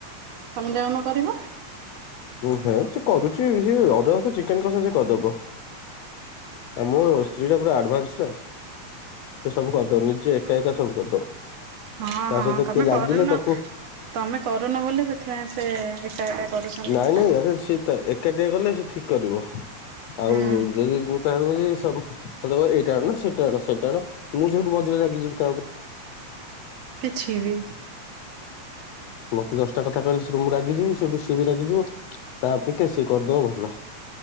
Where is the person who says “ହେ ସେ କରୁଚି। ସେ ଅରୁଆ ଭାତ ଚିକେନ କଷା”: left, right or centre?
Left